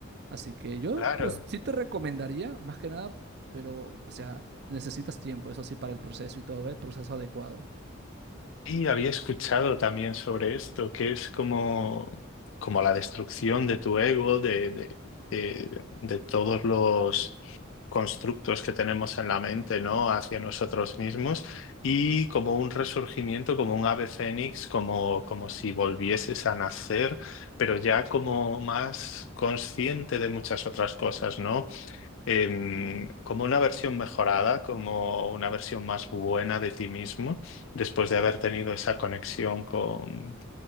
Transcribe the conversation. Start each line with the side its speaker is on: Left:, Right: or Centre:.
Right: Así que yo,
Left: Claro.
Right: pues sí te recomendaría, más que nada, pero, o sea, necesitas tiempo, eso sí, para el proceso y todo, el proceso adecuado.
Left: Y había escuchado también sobre esto, que es como, como la destrucción de tu ego, de, de, de- de todos los constructos que tenemos en la mente, ¿no? Hacia nosotros mismos y como un resurgimiento, como un ave fénix, como, como si volvieses a nacer, pero ya como más consciente de muchas otras cosas, ¿no? em, como una versión mejorada, como una versión más buena de ti mismo, después de haber tenido esa conexión con,